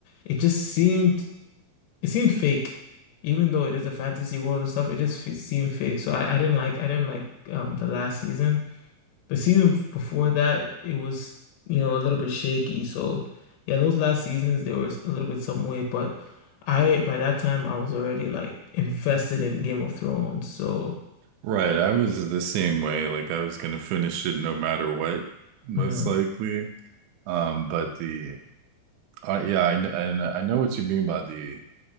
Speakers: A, on the left; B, on the right.
A: it just seemed it seemed fake, even though it is a fantasy world and stuff. It just fe seemed fake. So I, I didn't like I didn't like um the last season. The season f- before that it was you know a little bit shaky. So yeah, those last seasons they were s- a little bit some way, but I by that time I was already like invested in Game of Thrones. So
B: Right, I was the same way. Like I was gonna finish it no matter what, most
A: uh,
B: likely. Um, but the uh, yeah, I, kn- I I know what you mean by the